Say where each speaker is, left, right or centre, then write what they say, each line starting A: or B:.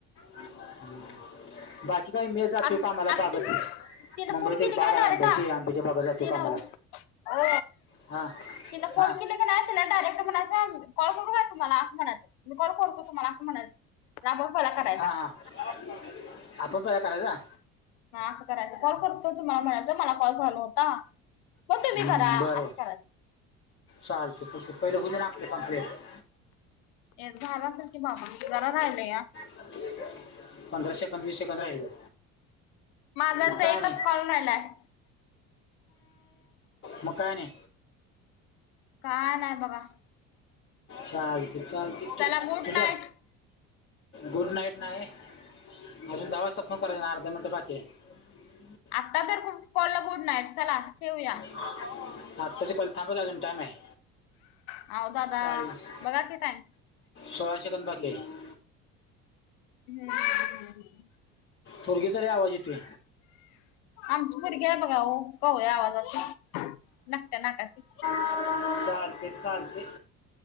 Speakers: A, on the left; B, on the left.
A: ह <inaudible> बाकी काय मी जातोय
B: आज
A: कामाला
B: आता
A: बागत
B: ती तिला
A: मुंबईत
B: फोन केली
A: एक
B: की
A: बाग
B: नाही डायरेक्ट
A: आहे आंब्याची आंब्याच्या बागात जातोय
B: ती
A: कामाला.
B: ओ
A: हां
B: तीन फोन
A: हां
B: केली कणी <inaudible> त डायरेक्ट म्हणायच कॉल करू का तुम्हाला असं म्हणायचं मी कॉल करतो तुम्हाला असं म्हणायच. ना बा फला करायचा
A: हां
B: <inaudible>
A: हां आपण तुया करायचा.
B: ह असं करायचं कॉल करतो तुम्हाला म्हणायचं मला कॉल चालु होता. मग तुम्ही
A: हम्म
B: करा
A: बरोबर.
B: असं करायचं.
A: चालते ल पहिले होऊदे ना आपले कंप्लेट.
B: एक झालं असेल की बाबा जरा राहिलंया.
A: पंधरा सेकंद वीस सेकंद राहिले.
B: माझा
A: मग
B: तर
A: काय
B: एकच
A: आणि
B: कॉल राहिलाय
A: मग काय आणि.
B: काय नाही बघा.
A: चालतंय चालतंय
B: चला गुड
A: ठेऊ
B: नाईट.
A: का? गुड नाईट नाय. अजून दहा वाजता फोन करायचं अर्धा मिनटं बाकी हाय.
B: आत्ता तर खूप कॉल गुड नाईट चला ठेवूया.
A: आताच कॉल थांबू अजून टायम आहे.
B: अहो दादा
A: चाळीस
B: बघा की टाइम
A: सोळासेकंद बाकीे ह्यात.
B: हम्म
A: पोरगीचा लई आवाज येतोय.
B: आमची पोरगी आहे बघा हो, कोवळ्या आवाजाची नकट्या नाकाची.
A: चालतंय. चालतय